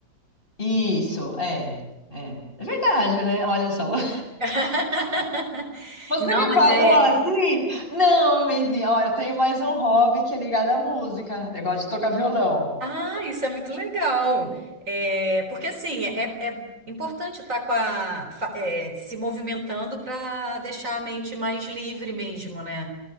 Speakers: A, on the left; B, on the right.
A: <laughs> Isso, é, é. É verdade, né? Olha só. <laughs>
B: <laughs>
A: Você
B: Não,
A: me
B: mas
A: falou
B: é,
A: assim? Não, menina, olha, eu tenho mais um hobby que é ligado à música, negócio de tocar violão.
B: Ah, isso é muito legal. É, porque assim, é, é importante estar com a, fa- é, se movimentando para deixar a mente mais livre mesmo, né?